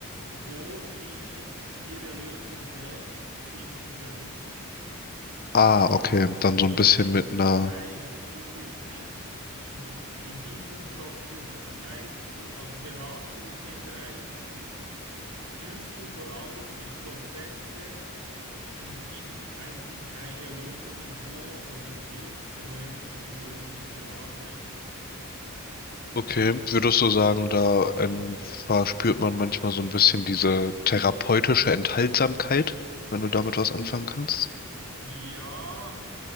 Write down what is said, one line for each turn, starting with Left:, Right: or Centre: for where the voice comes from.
Right: wo sie ihre Lösung selbst finden können.
Left: Ah, okay, dann
Right: Das
Left: so ein bisschen
Right: heißt,
Left: mit einer
Right: das heißt, du bist nicht und in diesem Produkt, das heißt, du als Berater in dem Bereich führst du vor allem die Prozesse und gibst eigentlich keine Lösungen vor, sondern hilfst den Leuten, die Lösungen zu erarbeiten.
Left: Okay, würdest du sagen, da ähm, verspürt man manchmal so ein bisschen diese therapeutische Enthaltsamkeit, wenn du damit was anfangen kannst?
Right: Ja,